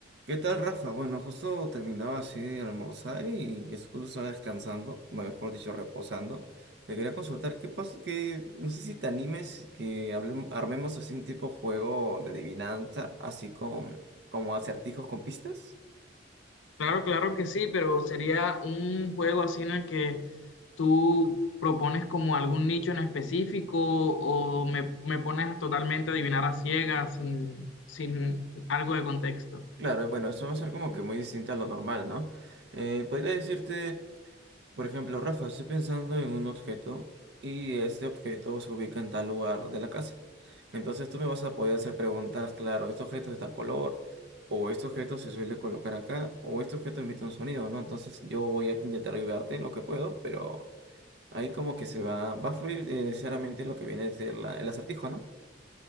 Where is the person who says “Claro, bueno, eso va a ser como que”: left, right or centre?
Right